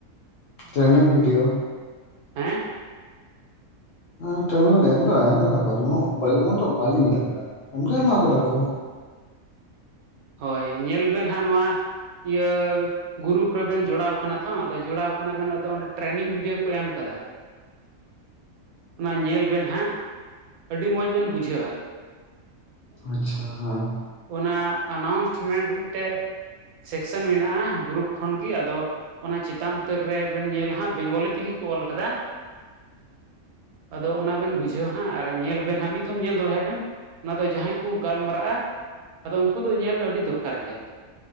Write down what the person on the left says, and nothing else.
ᱴᱨᱮᱱᱝ ᱵᱷᱤᱰᱤᱭᱳ,
ᱮᱢ‌‌ ᱫᱚ ᱮᱢ ᱟᱠᱟᱫᱟ ‌ ᱠᱚ ᱩᱱᱟᱹᱜ ᱫᱚ ᱵᱟᱝᱞᱤᱧ ᱧᱮᱞ ᱟᱠᱟᱫᱟ, ᱮᱡ ᱫᱚ ᱮᱢ ᱟᱠᱟᱫᱟ ᱠᱚ
<inaudible>
ᱟᱪᱪᱷᱟ, ᱦᱮᱸ
<inaudible>